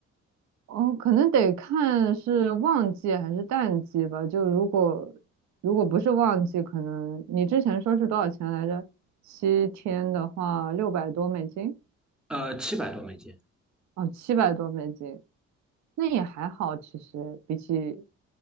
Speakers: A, on the right; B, in the centre.
A: 哦，可能得看是旺季还是淡季吧。就如果如果不是旺季，可能你之前说是多少钱来着？七天的话，六百多美金，
B: 呃，七百多美金。
A: 哦，七百多美金，那也还好。其实比起